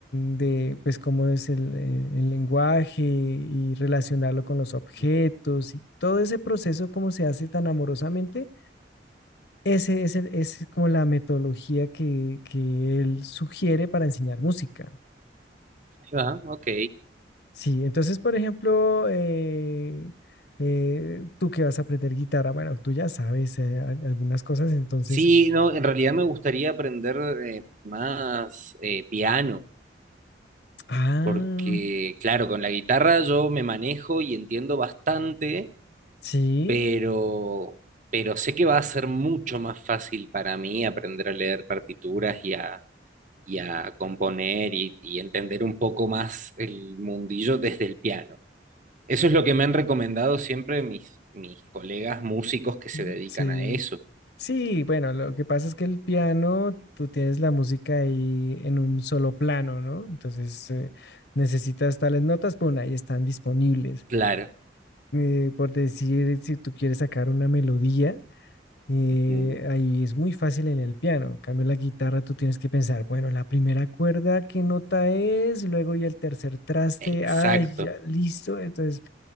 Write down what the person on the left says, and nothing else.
mm, de pues cómo es el, eh, el lenguaje y relacionarlo con
los objetos y todo ese proceso cómo se hace tan amorosamente, ese es, el- es como la metodología que, que él sugiere para enseñar música.
Sí, entonces, por ejemplo, eh, eh, tú que vas a aprender guitarra, bueno, tú ya sabes eh, al- algunas cosas, entonces,
ah,
sí,
mm,
sí,
sí, bueno, lo que pasa es que el piano, tú tienes la música ahí en un solo plano, ¿no? Entonces, eh, necesitas tales notas, pues ahí están disponibles.
Eh, por decir, si tú quieres sacar una melodía. eh,
ahí es muy fácil en el piano. En cambio, la guitarra tú tienes que pensar, bueno, la primera cuerda, ¿qué nota es? Luego y el tercer traste,
ay, ya, listo. Entonces,